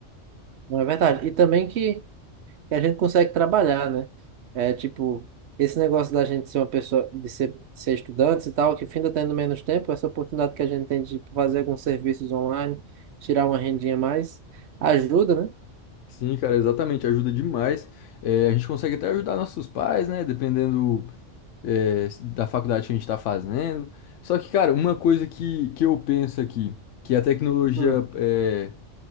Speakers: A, on the right; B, on the left.
A: Não é verdade? E também que, que a gente consegue trabalhar, né? É tipo, esse negócio da gente ser uma pessoa, de ser, ser estudantes e tal, que ainda tendo menos tempo, essa oportunidade que a gente tem de fazer alguns serviços online, tirar uma rendinha a mais, ajuda, né?
B: Sim, cara, exatamente, ajuda demais. É, a gente consegue até ajudar nossos pais, né? Dependendo, é, da faculdade que a gente está fazendo. Só que, cara, uma coisa que, que eu penso aqui, que a tecnologia
A: Hum.
B: é,